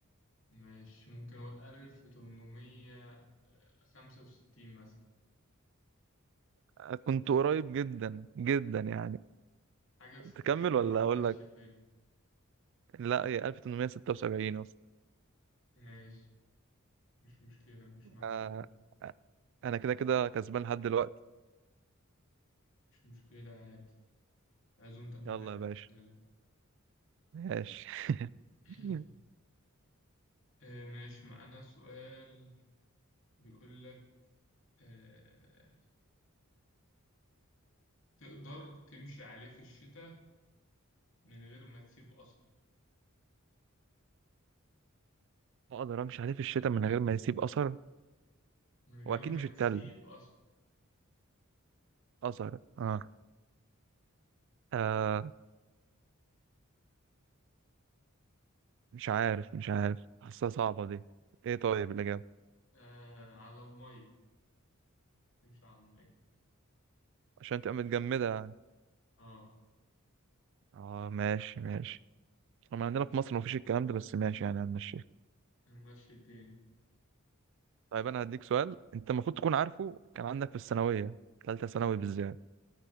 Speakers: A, on the left; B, on the right.
A: ماشي ممكن أقول 1865 مثلا
B: آه، كنت قريب جدا جدا يعني
A: حاجة وستين
B: تكمل
A: يا
B: ولا
A: عم ماشي
B: اقول لك
A: الدنيا
B: لا هي 1876 اصلا
A: ماشي مش مشكلة مش محسوبة
B: آه، انا كده كده كسبان لحد دلوقتي
A: مش مشكلة عادي عزومتك
B: يلا
A: عليا
B: يا باشا
A: يلا
B: ماشي
A: <clears throat>
B: <laughs>
A: آه، ماشي معانا سؤال بيقول لك آه، تقدر تمشي عليه في الشتاء من غير ما تسيب أثر
B: اقدر امشي عليه في الشتاء من غير ما يسيب اثر
A: من غير
B: واكيد
A: ما
B: مش
A: تسيب
B: التلج
A: أثر
B: أزهر آه. آه مش عارف مش عارف حاسها صعبة دي إيه طيب الإجابة
A: آه على المية تمشي على المية
B: عشان تبقى متجمدة يعني
A: اه
B: آه ماشي ماشي طبعا عندنا في مصر مفيش الكلام ده بس ماشي يعني هنمشيها
A: ماشي الدنيا
B: طيب أنا هديك سؤال أنت المفروض تكون عارفه كان عندك في الثانوية ثالثة ثانوي بالذات